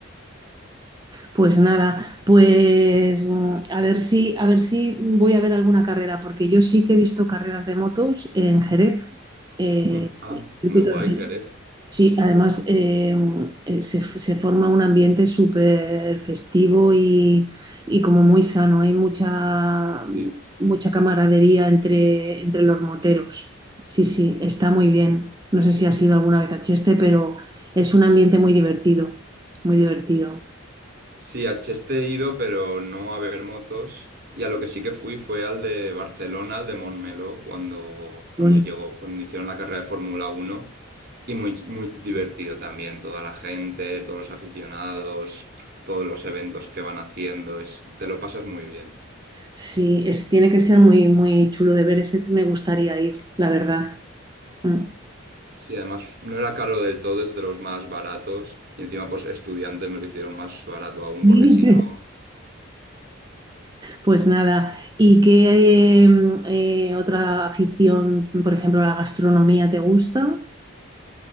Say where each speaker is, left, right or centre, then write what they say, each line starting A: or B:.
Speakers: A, on the right; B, on the right.
A: Pues nada, pues mm, a ver si, a ver si voy a ver alguna carrera, porque yo sí que he visto carreras de motos en Jerez, eh,
B: Mm, Ah,
A: circuito
B: muy guay,
A: de Jerez.
B: Jerez.
A: Sí, además eh, eh, se, se forma un ambiente súper festivo y, y como muy sano. Hay mucha,
B: Sí.
A: mucha camaradería entre, entre los moteros. Sí, sí, está muy bien. No sé si has ido alguna vez a Cheste, pero es un ambiente muy divertido, muy divertido.
B: Sí, a Cheste he ido, pero no a ver motos. Y a lo que sí que fui fue al de Barcelona, al de Montmeló, cuando, cuando
A: Qué bonito.
B: llegó, cuando hicieron la carrera de Fórmula Uno Y muy, muy divertido también, toda la gente, todos los aficionados, todos los eventos que van haciendo. Es, te lo pasas muy bien.
A: Sí, es, tiene que ser muy, muy chulo de ver. Ese me gustaría ir, la verdad. Mm.
B: Sí, además no era caro del todo, es de los más baratos. Y encima, pues estudiante me lo hicieron más barato aún,
A: Sí.
B: porque si no.
A: Pues nada, ¿y qué mm, eh, otra afición, por ejemplo, la gastronomía te gusta?